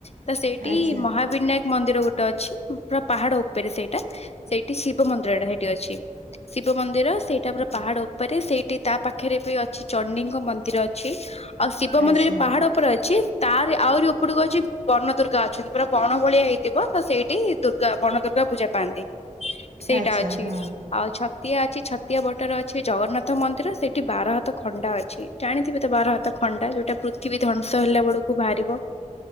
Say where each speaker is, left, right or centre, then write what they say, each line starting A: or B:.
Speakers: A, on the left; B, on the right.
A: ତ ସେଇଟି
B: ଆଚ୍ଛା
A: ମହାବିନାୟକ ମନ୍ଦିର ଗୋଟେ ଅଛି ପୁରା ପାହାଡ ଉପେରେ ସେଇଟା। ସେଇଠି ଶିବ ମନ୍ଦିରଟା ହେଇଠି ଅଛି ଶିବ ମନ୍ଦିର ସେଇଟା ପୁରା ପାହାଡ ଉପରେ ସେଇଠି ତା ପାଖେରେ ବି ଅଛି। ଚଣ୍ଡୀଙ୍କ ମନ୍ଦିର ଅଛି ଆଉ ଶିବ ମନ୍ଦିର
B: ଆଚ୍ଛା
A: ଯୋଉ ପାହାଡ ଉପରେ ଅଛି ତାରି ଆହୁରି ଉ ଏପଟ ଅଉଛି ବନ ଦୁର୍ଗା ଅଛନ୍ତି ପୁରା ବଣ ଭଳିଆ ହେଇଥିବ ତ ସେଇଠି ଦୁର୍ଗା ବଣ ଦୁର୍ଗା ପୂଜା ପାଆନ୍ତି। ସେଇଟା
B: ଆଚ୍ଛା
A: ଅଛି
B: ହଁ ଆଚ୍ଛା ଆଚ୍ଛା ହଁ
A: ଆଉ ଛ ଛତିଆ ଅଛି ଛତିଆ ବଟରେ ଅଛି ଜଗନ୍ନାଥ ମନ୍ଦିର ସେଠି ବାର ହାତ ଖଣ୍ଡା ଅଛି ଜାଣିଥିବେ ତ ବାର ହାତେ ଖଣ୍ଡା ଯୋଉଟା ପୃଥିବୀ ଧ୍ୱଂସ ହେଲା ବେଳକୁ ବାହାରିବ।